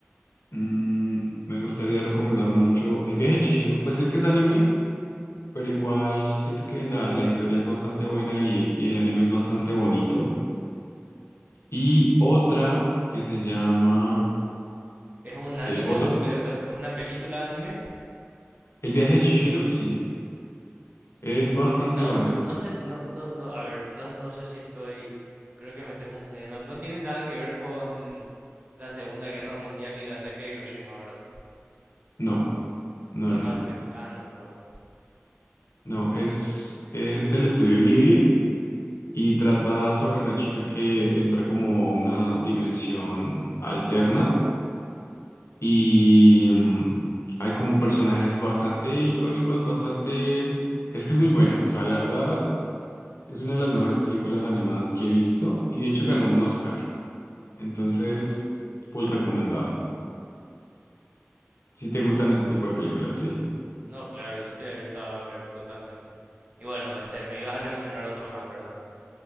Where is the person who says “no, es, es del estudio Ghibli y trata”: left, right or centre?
Left